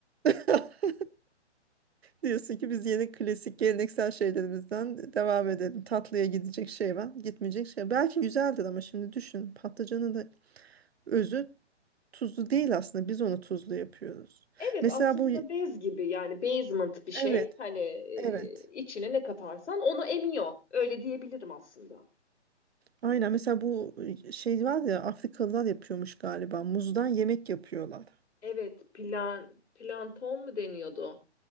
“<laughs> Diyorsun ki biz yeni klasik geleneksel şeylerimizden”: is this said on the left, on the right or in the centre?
Right